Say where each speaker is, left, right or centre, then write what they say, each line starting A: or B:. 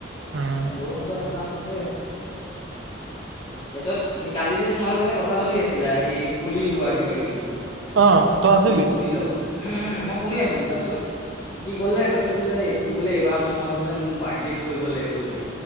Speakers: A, on the right; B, on the left.
A: উম
B: বৰষুণতো চান্স আছে। তাৰিছত উ কালি যে তোমালোকে যে কথা পাতি আছে চছিলাই এই পুলি ৰোৱা কিবা কিবি
A: অ' তই আছিলি।
B: গুটি ল উম, উম, মই শুনি আছিলো তাৰ পিছত সি ক'লে কৈছে বোলে। টো বোলে এইবাৰ মই বোলে মোৰ বাৰ্থডেত কৰিব লাগিব বোলে